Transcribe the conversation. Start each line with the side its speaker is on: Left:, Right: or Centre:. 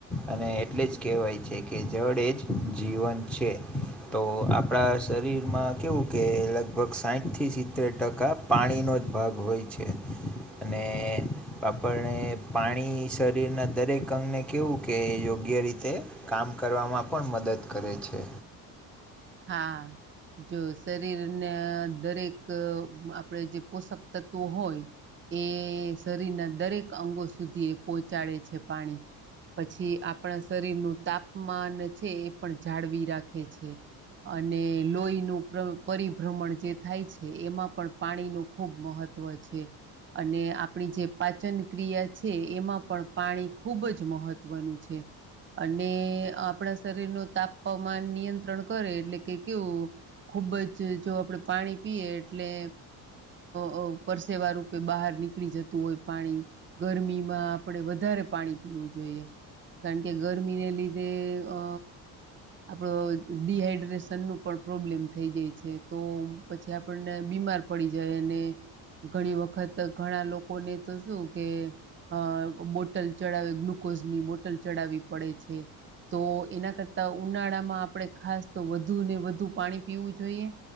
Centre: અને એટલે જ કહેવાય છે કે જડે જ જીવન છે તો આપણા શરીરમાં કેવું કે લગભગ સાઠથી સિત્તેર ટકા પાણીનો જ ભાગ હોય છે અને આપપને પાણી શરીરના દરેક અંગને કહેવું કે યોગ્ય રીતે તે કામ કરવામાં પણ મદદ કરે છે
Right: હા જો શરીરના દરેક આપણે જે પોષક તત્વો હોય ચુતિયો એ શરીરના દરેક અંગો સુધી એ પહોંચાડે છે પાણી પછી આપણા શરીરનું તાપમાન છે એ પણ જાળવી રાખે છે અને લોહીનું પરિભ્રમણ જે થાય છે એમાં પણ પાણીનું ખૂબ મહત્વ છે અને આપણી જે પાચન ક્રિયા છે એમાં પણ પાણી ખૂબ જ મહત્ત્વનું છે અને આપણા શરીર ન તાપમાન નિયંત્રણ કરે એટલે કે કેવું ખૂબ જ જો આપણે પાણી પીએ એટલે અ પરસેવા રૂપે બહાર નીકળી જતું હોય પાણી ગરમીમાં આપણે વધારે પાણી પીવું જોઈએ કારણ કે ગરમીને લીધે અ આપડો ડીહાઈડ્રેેશ સનનું પણ પ્રોબ્લેમ થઈ જાય છે તો પછી આપણને બીમાર પડી જાય અને ઘણી વખત ઘણા લોકોને તો શું કે અ બોટલ ચડાવે ગ્લુકોઝ ની બોટલ ચડાવવી પડે છે તો એના કરતા ઉનાળામાં આપણે ખાસ તો વધુ ને વધુ પાણી પીવું જોઈએ